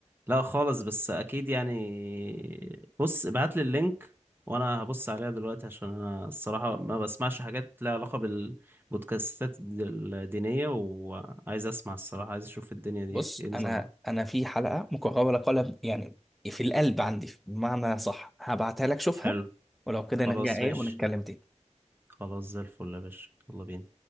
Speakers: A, on the right; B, in the centre.
A: لا خالص بس اكيد يعني بص ابعت لي اللينك وانا هبص عليها دلوقتي عشان انا الصراحه ما بسمعش حاجات لها علاقه بالبودكاستات الدينيه وعايز اسمع الصراحه عايز اشوف الدنيا دي
B: بص
A: ايه نظامها
B: انا انا في حلقه مكرره قلم يعني في القلب عندي بمعنى صح هبعتها لك شوفها
A: حلو
B: ولو كده
A: خلاص
B: نرجع ايه
A: ماشي
B: ونتكلم تاني
A: خلاص زي الفل يا باشا يلا بينا